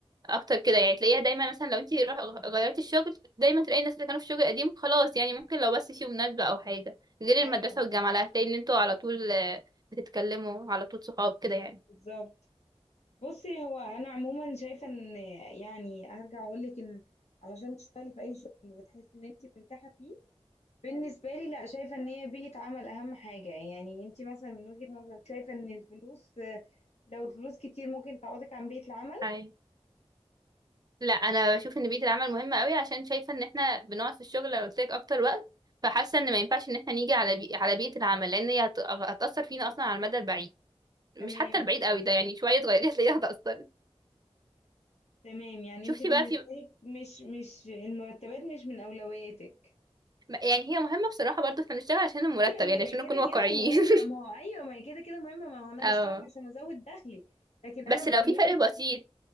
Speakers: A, on the right; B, on the left.
A: اكتر كده يعني تلاقيها دايما مثلا لو انتي روح غيرتي الشغل دايما تلاقي الناس اللي كانوا في الشغل القديم خلاص يعني ممكن لو بس في مناسبة او حاجة غير المدرسة
B: ايوه
A: والجامعة لا هتلاقي ان انتوا على طول آه، بتتكلموا على طول صحاب كده يعني
B: بالظبط بصي هو انا عموما شايفه ان يعني هرجع اقول لك ان علشان تشتغلي في اي شغل وتحسي ان انت مرتاحه فيه بالنسبه لي لا شايفه ان هي بيئه عمل اهم حاجه يعني انت مثلا من وجهه نظرك شايفه ان الفلوس آه، لو الفلوس كتير ممكن تعوضك عن بيئه العمل
A: امم لا انا بشوف ان بيئه العمل مهمه قوي عشان شايفه ان احنا بنقعد في الشغل لو قلت لك اكتر وقت فحاسه ان ما ينفعش ان احنا نيجي على بي... على بيئه العمل لان هي هت... هتاثر فينا اصلا على المدى البعيد
B: تمام
A: مش حتى البعيد قوي ده يعني شويه تغيري <laughs> هتلاقيها هتاثر
B: تمام يعني
A: شفتي
B: انت بالنسبه
A: بقى في
B: لك مش مش المرتبات مش من اولوياتك
A: يعني هي مهمه بصراحه برضو احنا بنشتغل عشان المرتب
B: ايوه ما
A: يعني
B: هي
A: عشان
B: كده
A: نكون واقعيين
B: كده مهمه
A: <laughs>
B: ما هو ايوه ما هي كده كده مهمه ما هو انا
A: اه
B: بشتغل عشان ازود دخلي لكن
A: بس
B: انا بكلمك
A: لو في فرق بسيط